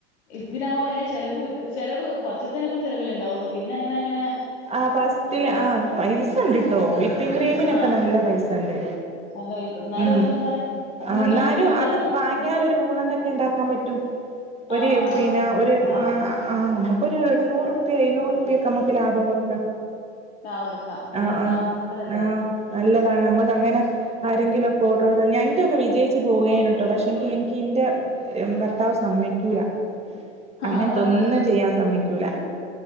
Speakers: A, on the left; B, on the right.
A: ഇതിനാവുമ വലിയ ചെലവൂല ചെലവ് പസ്യത്തിനക്കെ ഒരു ചെലവല്ലേ ഉണ്ടാവുള്ള പിന്നെ അങ്ങനെങ്ങനെ
B: ആ ഫസ്റ്റില് ആ പൈസണ്ട്
A: ആഹ്
B: ട്ടോ വിപ്പിങ് ക്രീമിനൊക്കെ
A: ആഹ്
B: നല്ല പൈസണ്ട്
A: നല്ല പൈസ എന്നാലും
B: ഉം
A: നമുക്ക് എന്താണ് അത്
B: ആ
A: ഇതിമ്മെ
B: ന്നാലും
A: അങ്ങ് പിടിക്കാലോ
B: അത് വാങ്ങിയാലൊരു
A: ആഹ്
B: മൂന്നെണ്ണൊക്കെ ഉണ്ടാക്കാൻ പറ്റൂ ഒരു
A: ആഹ് ആഹ്
B: പിന്നെ ഒരു
A: ആഹ്
B: മാ ആ നമുക്ക് ഒരു നൂറുപ്പ എഴുന്നൂറുപ്പ്യൊക്കെ നമുക്ക് ലാഭം വ ക്ക
A: ടാബ് എടുക്കാം എന്നാലെന്താ
B: ആ ആ
A: നല്ലതല്ലേ
B: ആ നല്ലതാണ് നമ്മക്ക് അങ്ങനെ ആരെങ്കിലും <unintelligible> ഞാ ഇൻന്റെൊക്കെ വിജയിച്ചു പോകയ്നിട്ടോ പക്ഷെങ്കിൽ എനിക്ക് ഇന്റെ ഭർത്താവ് സമ്മയ്ക്കൂല അങ്ങനത്തെ
A: അതാണ്
B: ഒന്നും
A: മെയിന്
B: ചെയ്യാൻ സമ്മയ്ക്കൂല